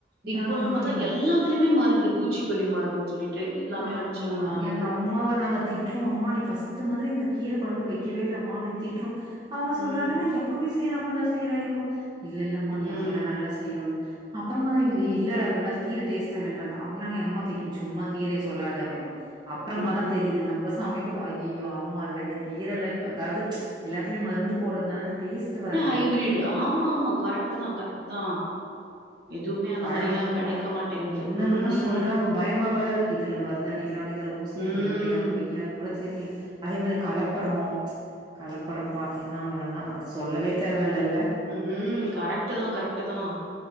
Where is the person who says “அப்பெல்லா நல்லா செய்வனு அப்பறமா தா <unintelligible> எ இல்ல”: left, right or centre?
Right